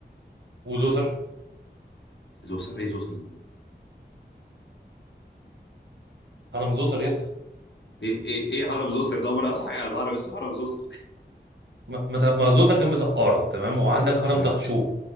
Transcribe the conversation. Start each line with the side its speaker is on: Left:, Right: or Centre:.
Right: وزوسر
Left: إيه زوسر ايه زوسر ده
Right: هرم زوسر يا اسطى
Left: ايه ايه ايه هرم زوسر ده انا اسمع حاجه عن هرم اسمه هرم زوسر
Right: ما... ما... ت- ما زوسر جنب سقاره تمام وعندك هرم
Left: <laughs>
Right: دهشور
Left: تمام